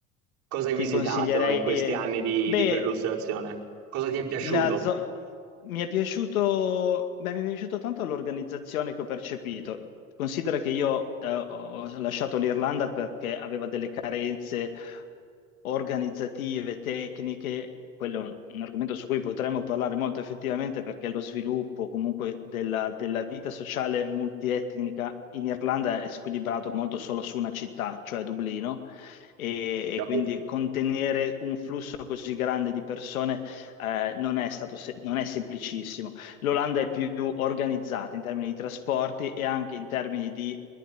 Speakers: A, on the right; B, on the left.
A: Cosa hai
B: ti
A: visitato
B: consiglierei...
A: in questi anni di,
B: Beh,
A: di perlustrazione? Cosa ti è piaciuto?
B: la zo- mi è piaciuto, beh, mi è piaciuto tanto l'organizzazione che ho percepito. Considera che io eh, ho lasciato l'Irlanda perché aveva delle carenze organizzative, tecniche. Quello è un, un argomento su cui potremmo parlare molto effettivamente perché lo sviluppo comunque della, della vita sociale multietnica in Irlanda è squilibrato molto solo su una città, cioè Dublino, e e
A: Capito?
B: quindi contenere un flusso così grande di persone eh, non è stato se- non è semplicissimo. L'Olanda è più organizzata in termini di trasporti e anche in termini di